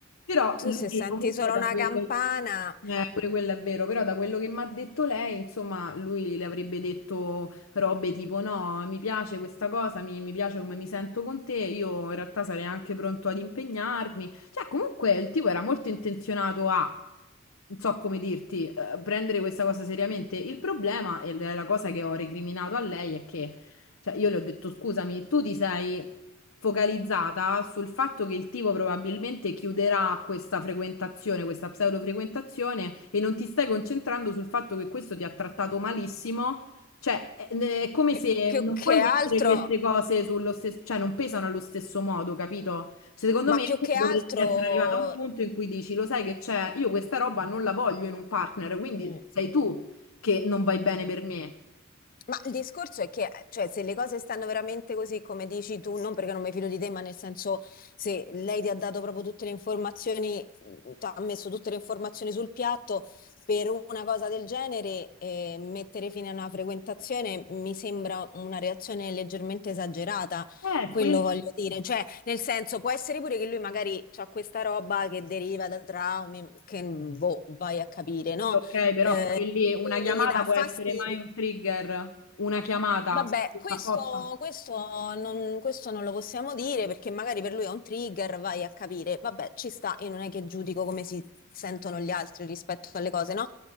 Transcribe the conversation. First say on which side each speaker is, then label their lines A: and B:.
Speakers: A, on the left; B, on the left.
A: Però
B: tu
A: lui
B: se senti
A: comunque
B: solo
A: da
B: una
A: quello,
B: campana,
A: eh, pure quello è vero, però da quello che mi ha detto lei, insomma, lui le avrebbe detto robe tipo no, mi piace questa cosa, mi, mi piace come mi sento con te, io in realtà sarei anche pronto ad impegnarmi. Cioè, comunque il tipo era molto intenzionato a... Non so come dirti, eh, prendere questa cosa seriamente. Il problema, e la cosa che ho recriminato a lei, è che cioè, io le ho detto, scusami, tu ti sei focalizzata sul fatto che il tipo probabilmente chiuderà questa frequentazione, questa pseudofrequentazione, e non ti stai concentrando sul fatto che questo ti ha trattato malissimo. Cioè, è è come
B: più,
A: se
B: più
A: non
B: che
A: puoi
B: altro,
A: mettere queste cose sullo stesso, cioè non pesano allo stesso modo, capito? Cioè, secondo
B: ma
A: me
B: più
A: tu
B: che
A: dovresti
B: altro...
A: essere arrivato a un punto in cui dici, lo sai che c'è, io questa roba non la voglio in un partner, quindi
B: mm,
A: sei tu che non vai bene per me.
B: Ma il discorso è che, cioè, se le cose stanno veramente così come dici tu, non perché non mi fido di te, ma nel senso, se lei ti ha dato proprio tutte le informazioni, mh, ti ha messo tutte le informazioni sul piatto, per una cosa del genere, eh, mettere fine a una frequentazione mi sembra una reazione leggermente esagerata,
A: Eh,
B: quello
A: quello.
B: voglio dire. Cioè, nel senso, può essere pure che lui magari ha questa roba che deriva da traumi, che boh, vai a capire, no?
A: Sì, Ok, però
B: Eh,
A: pure lì
B: e
A: una
B: quindi
A: chiamata
B: gli dà
A: può
B: fastidio.
A: essere mai un trigger, una chiamata,
B: Vabbè,
A: tutto
B: questo,
A: a posto.
B: questo non, questo non lo possiamo dire perché magari per lui è un trigger, vai a capire. Vabbè, ci sta, io non è che giudico come si sentono gli altri rispetto alle cose, no?